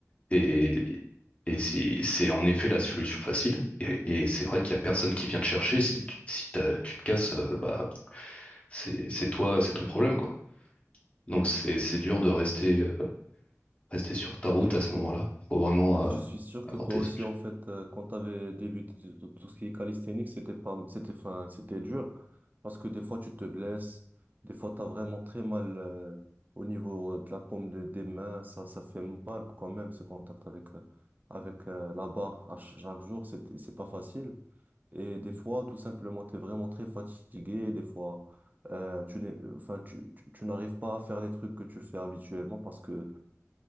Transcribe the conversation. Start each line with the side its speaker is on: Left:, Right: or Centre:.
Left: Et, et si c'est en effet la solution facile, et, et c'est vrai qu'il y a personne qui vient te chercher. Si tu, si t'as- tu te casses, euh, bah c'est, c'est toi, c'est ton problème, quoi. Donc c'est, c'est dur de rester, euh, rester sur ta route
Right: et
Left: à ce moment-là. Faut vraiment
Right: Et
Left: euh,
Right: je suis sûr
Left: avoir
Right: que toi
Left: des
Right: aussi,
Left: objectifs.
Right: en fait, euh, quand tu avais débuté tout, tout ce qui est calisthénique, c'était pas, c'était, enfin, c'était dur parce que des fois, tu te blesses, des fois, tu as vraiment très mal euh, au niveau de la paume de- des mains. Ça, ça fait mal quand même, ce contact avec, euh, avec euh, la barre à ch- chaque jour, c'est, c'est pas facile. Et des fois, tout simplement, tu es vraiment très fatigué. Des fois, euh, tu n'es, enfin, tu, tu tu n'arrives pas à faire les trucs que tu fais habituellement parce que